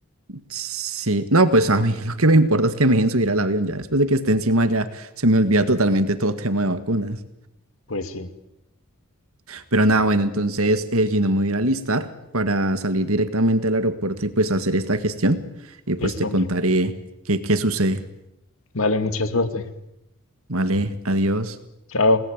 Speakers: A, on the right (about 70°); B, on the left (about 65°).
A: Sí, no, pues a mí <laughs> lo que me importa es que me dejen subir al avión ya, después de que esté encima ya se me olvida totalmente todo tema de vacunas.
B: Pues sí,
A: Pero nada, bueno, entonces eh, Gino me voy a ir a alistar para salir directamente al aeropuerto y pues hacer esta gestión y pues
B: listo,
A: te
B: hombre.
A: contaré qué, qué sucede.
B: Vale, mucha suerte.
A: Vale, adiós.
B: Chao.